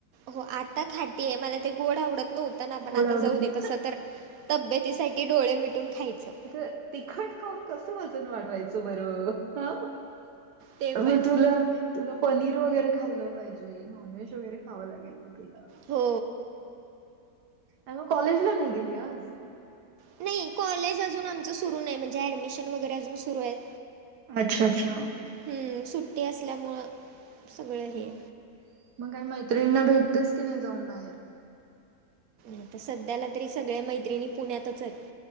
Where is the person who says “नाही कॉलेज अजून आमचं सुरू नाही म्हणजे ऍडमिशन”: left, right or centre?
Right